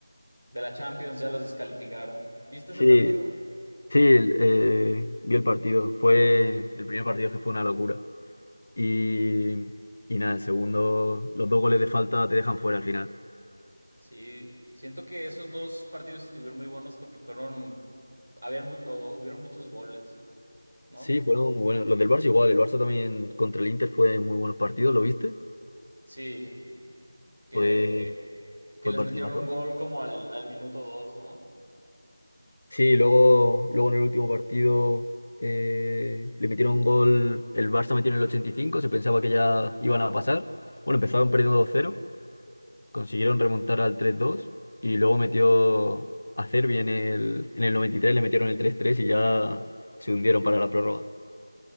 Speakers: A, on the right; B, on the left.
A: de la Champions ya los descalificaron. ¿Viste ese
B: Sí,
A: partido?
B: Sí, el- eh, vi el partido. Fue el primer partido que fue una locura. Y, y nada, el segundo, los dos goles de falta te dejan fuera al final.
A: Sí, siento que esos dos partidos estuvieron muy buenos porque fueron, habían mu- o hubieron muchos goles, ¿no?
B: Sí, fueron muy buenos. Los del Barça igual. El Barça también contra el Inter fue muy buenos partidos, ¿lo viste?
A: Sí, que,
B: Fue,
A: que
B: fue
A: les
B: partidazo.
A: metieron un gol como al, al minuto dos, ¿no?
B: Sí, luego, luego en el último partido eh, le metieron un gol. El Barça metió en el 85. se pensaba que ya iban a pasar. Bueno, empezaron perdiendo dos cero. consiguieron remontar al 3-2 y luego metió a Cervi en el, en el 93, le metieron el 3-3 y ya se hundieron para la prórroga.